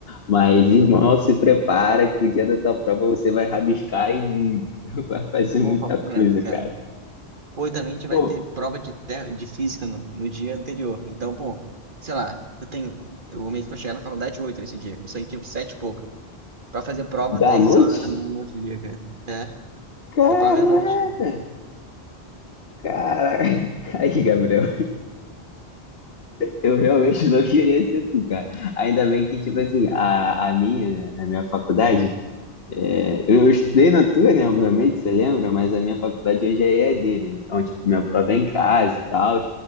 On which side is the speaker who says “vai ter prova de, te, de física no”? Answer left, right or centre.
Right